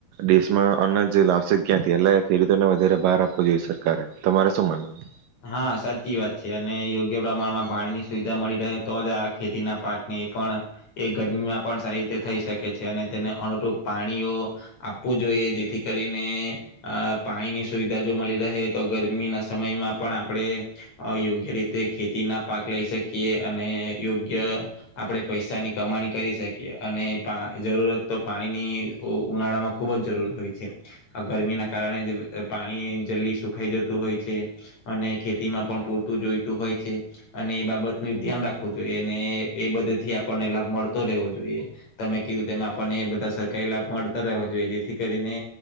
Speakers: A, on the right; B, on the left.
A: દેશમાં અન્નજ લાવશે ક્યાં. લા ખેડૂતો ને વધારે બહાર આપવો જોઈએ સરકારે તમારે શું માનવ?
B: હા સાચી વાત છે અને યોગ્ય પ્રમાણમાં પાણીની સુવિધા મળી રહે તો જ આ ખેતીના પાકને એ પણ એ ગરમીમાં પણ સારી રીતે થઈ શકે છે અને તેને અનુરૂપ પાણીઓ આપવું જોઈએ જેથી કરીને અ પાણીની સુવિધા જો મળી રહે તો ગરમીના સમયમાં પણ આપણે યોગ્ય રીતે ખેતીના પાક લઈ શકીએ અને યોગ્ય આપણે પૈસાની કમાણી કરી શકીએ અને પા જરૂરત તો પાણીની ઉનાળામાં ખૂબ જ જરૂર હોય છે ગરમીના કારણે જ પાણી જલ્દી સુખાઈ જતું હોય છે. અને ખેતીમાં પણ પૂરતું જોઈતું હોય છે અને એ બાબતનું ધ્યાન રાખવું જોઈએ અને એ બધ થી આપણને લાભ મળતો રહેવો જોઈએ તમે કીધું તેમાં આપણને બધા સરકારી લાભ મળતા રહેવા જોઈએ જેથી કરીને